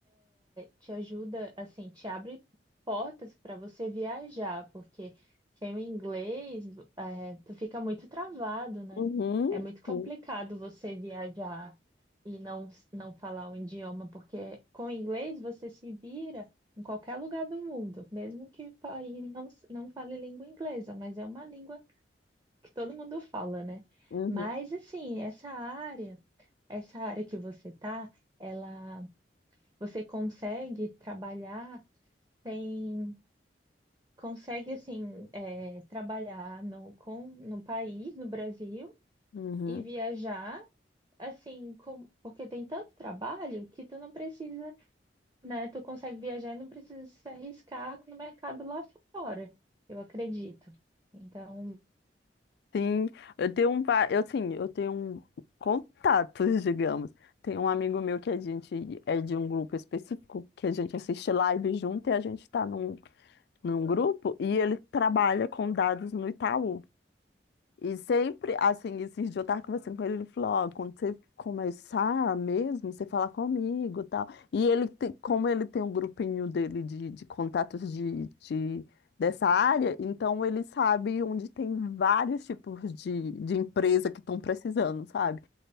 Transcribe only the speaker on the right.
te ajuda, assim, te abre portas para você viajar, porque sem o inglês, é, tu fica muito travado, né?
É muito complicado
você viajar e não, não falar o idioma, porque com o inglês você se vira em qualquer lugar do mundo, mesmo que o país não, não fale língua inglesa, mas é uma língua que todo mundo fala, né?
Mas, assim, essa área, essa área que você tá, ela, você consegue trabalhar tem, consegue assim é, trabalhar no, com, no país, no Brasil,
e viajar assim, com, porque tem tanto trabalho que tu não precisa, né? Tu consegue viajar e não precisa se arriscar no mercado lá fora, eu acredito. Então,